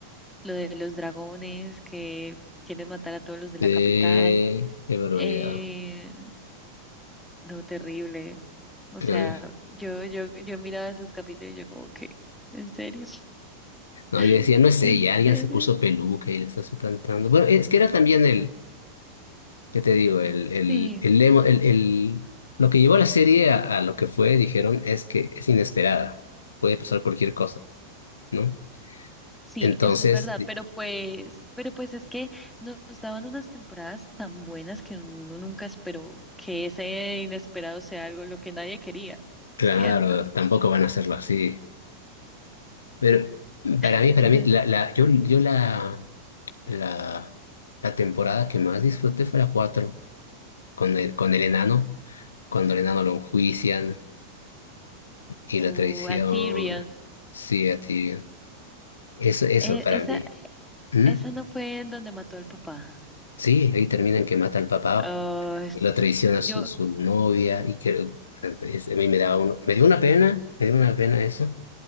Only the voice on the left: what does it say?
Sí,
qué barbaridad.
Ah,
No,
yo decía, no es
ella, alguien
se puso peluca y le está suplantando. Bueno, es que era también el, ¿Qué te digo? El, el,
el, lema- el- el- lo que llevó a la serie a, a lo que fue, dijeron, es que es inesperada. Puede pasar cualquier cosa, ¿no?
Entonces,
di-
claro,
tampoco van a hacerlo así. Pero para
mí, para mí, la, la, yo, yo la, la, la temporada que más disfruté fue la 4 con el, con el enano, cuando el enano lo enjuician y
la traición.
Sí, a Tyrion. Eso, eso
para
mí. ¿Mm?
Sí, ahí terminan que mata al papá
y lo traiciona
su, su novia y que bueno, es- a mí me daba uno, me dio una pena, me dio una pena eso.